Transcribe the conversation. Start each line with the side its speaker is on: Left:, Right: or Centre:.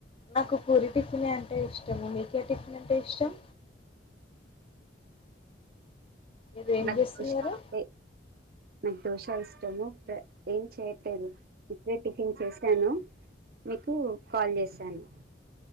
Left: నాకు పూరి టిఫిన్ అంటే ఇష్టము మీకే టిఫిన్ అంటే ఇష్టం మీరు ఏం
Right: నాకు
Left: చేస్తున్నారు
Right: దోశ అంటే నాకు దోశ ఇష్టము ఏం చేయట్లేదు ఇప్పుడే టిఫిన్ చేశాను మీకు కాల్ చేసాను